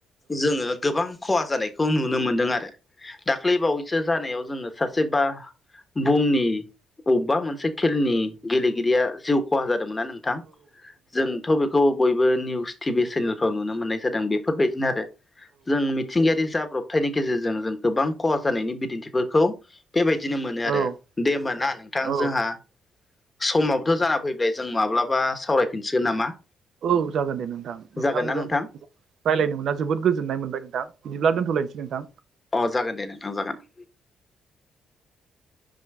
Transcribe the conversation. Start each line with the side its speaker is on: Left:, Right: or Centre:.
Left: जोङो गोबां खहा जानायखौ नुनो मोनदों आरो। दाख्लै बावैसो जानायाव जोङो सासे बा बुहुमनि अबबा मोनसे खेलनि गेलेगिरिया जिउ खहा जादोंमोनना नोंथां, जों थ बेखौ बयबो निउस टिभि सेनेलफ्राव नुनो मोननाय जादों बेफोरबायदिनो आरो जों मि थिंगायारि जाब्रबथायनि गेजेरजों जों गोबां खहा जानायनि बिदिन्थिफोरखौ बेबायदिनो मोनो आरो
Right: औ
Left: दे होमबा ना नोंथां
Right: औ
Left: जोंहा समाबोथ' जाना फैल जों माब्लाबा सावरायफिनसिगोन नामा?
Right: औ जागोन दे नोंथां नोंथांजों
Left: जागोन ना नोंथां
Right: रायलायनो मोना जोबोद गोजोननाय मोनबाय नोंथां बिदिब्ला दोनथ'लायसै नोंथां।
Left: अ जागोन दे नोंथां जागोन।